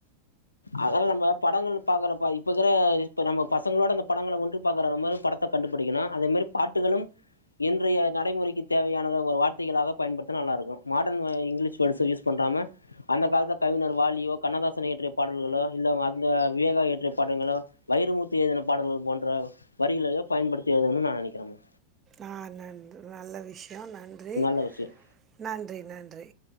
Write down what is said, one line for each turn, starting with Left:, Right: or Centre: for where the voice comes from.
Left: அதால நம்ம படங்கள் பாக்குறப்ப இப்பக்கிற இப்ப நம்ம பசங்களோட அந்த படங்கள ஒன்றி பாக்குற அந்த மாதிரி பட த்த கண்டுபிடிக்கணு அதே மாரி பாட்டுகளும் இன் இன்றைய நடைமுறைக்கு தேவையானத ஒரு வார்த்தைகளாக பயன்படுத்தினா நல்லா இருக்கு மாடர்ன் வ இங்கிலீஷ் வேர்ட்ஸ்ச யூஸ் பண்றாம அந்த காலத்த கவிஞர் வாலியோ கண்ணதாசன் இயற்றிய பாடல்களோ இல்ல அந்த விவேகா இயற்றிய படங்களோ வைரமுத்து எழுதின பாடல்கள் போன்ற வரிகளையே பயன்படுத்தி எழுதன்னு நா நெனைக்கிறேமா
Right: ஆ நன்று நல்ல விஷ்யோ நன்றி
Left: நல்ல விஷயம்
Right: நன்றி நன்றி